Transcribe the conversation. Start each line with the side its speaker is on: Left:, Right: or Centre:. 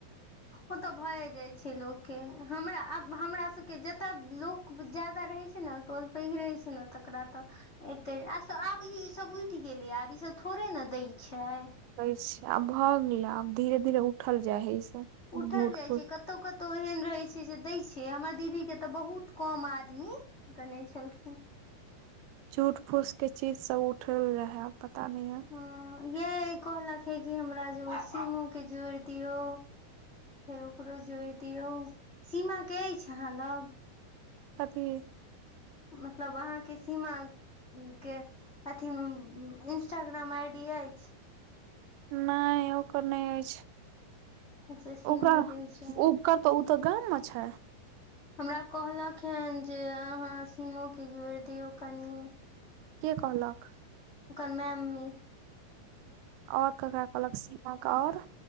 Left: ओ तऽ भए जाइ छै लोकके हमरा आ हमरा सभके जतय लोक। ज्यादा रहै छै न टोल पैघ रहै छै ने तकरा तऽ। एते आ आब ई ई सब उठि गेलैया आब ईसभ थोड़े न दै छै।
Right: कहैछै आब भऽ गेलै आब धीरे धीरे उठल जाइ हय ई सब।
Left: उठल
Right: झूठ
Left: जाइ
Right: फूस
Left: छै कत। कतौ कतौ एहन रहै छै जे दै छै हमर दीदी के तऽ बहुत कम आदमी। दने छलखिन।
Right: झुट फूसके के चीज सब उठल रहे पता नई है।
Left: हं हं यए कहलक हे कि हमरा जे सिमो के जोड़ दियौ। फेर ओकरो जोड़ि दियौ सीमाके अइछ अहाँ लग।
Right: कथी।
Left: मतलब अहाँके सीमा। के अथी मे इंस्टाग्राम आईडी अइछ।
Right: नहि ओकर नहि अइछ
Left: अच्छा सीमा
Right: ओकरा
Left: के इंस्टाग्राम
Right: उ कर। तऽ ओ तऽ गाम मे छै।
Left: हमरा कहलक हेँ जे अहाँ सीमो के जोड़ दियौ कनि।
Right: के कहलक।
Left: ओकर मैम्मी।
Right: और ककरा कहलक सीमा के और।